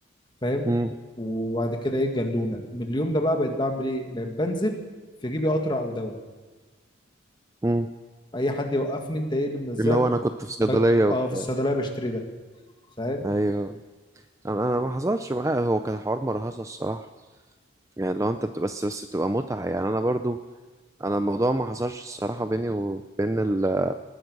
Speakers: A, on the left; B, on the right.
A: فاهم
B: مم.
A: وبعد كده ايه جلونه من اليوم ده بقى بقيت بعمل ايه بقيت بنزل في جيبي قطره او دواء
B: مم.
A: اي حد يوقفني انت ايه اللي منزلك
B: اللي هو
A: كنت
B: انا كنت في صيدلية
A: ب...
B: وبتاع
A: اه في الصيدليه بشتري ده فاهم
B: ايوه انا انا ما حصلش معايا هو كان حوار مرهصة الصراحة يعني لو انت بتبقى بس بس بتبقى متعة يعني انا برضو انا الموضوع ما حصلش الصراحه بيني وبين ال